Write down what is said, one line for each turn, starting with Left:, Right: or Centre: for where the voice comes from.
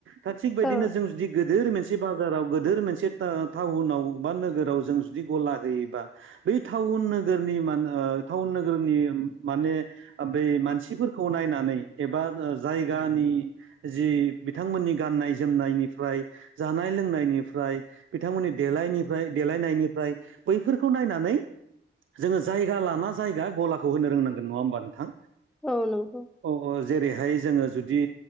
Right: था थिग बदिनो
Centre: औ
Right: जों जुदि गोदोर मोनसे बाजाराव गोदोर मोनसे टाउनाव बा नोगोराव जों जुदि गला होयोबा बै टाउन नोगोरनि मान ओ टाउन नोगोरनि माने बे मानसिफोरखौ नायनानै एबा जायगानि जि बिथांमोननि गाननाय जोमनायनिफ्राय जानाय लोंनायनिफ्राय बिथांमोननि देलायनि फ्राय देलायनायनिफ्राय बैफोरखौ नायनानै। जोङो जायगा लाना जायगा गलाखौ होनो रोंनांगोन नङा होमबा नोंथां?
Centre: औ नंगौ
Right: अह औ जेरैहाय। जोङो जुदि